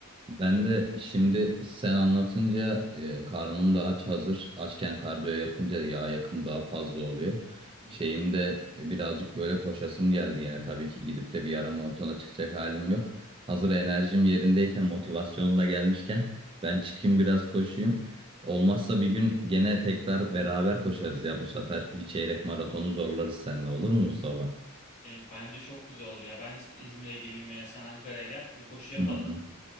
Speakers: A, on the right; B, on the left.
A: Ben
B: yani,
A: de şimdi sen anlatınca e, karnım da aç hazır. Açken kardiyo yapınca yağ yakımı daha fazla oluyor.
B: Hı hı.
A: Şeyim de e, birazcık böyle koşasım geldi yine. Tabii ki gidip de bir yarım maratona çıkacak halim yok. Hazır enerjim yerindeyken, motivasyonum da gelmişken ben çıkayım biraz koşayım. Olmazsa bir gün gene tekrar beraber koşarız ya. Bu sefer bir çeyrek maratonu zorlarız seninle olur mu Mustafa?
B: yani bence çok güzel olur. Ya ben İz- İzmir'e geleyim veya sen Ankara'ya gel. Bir koşu yapalım.
A: Hı hı.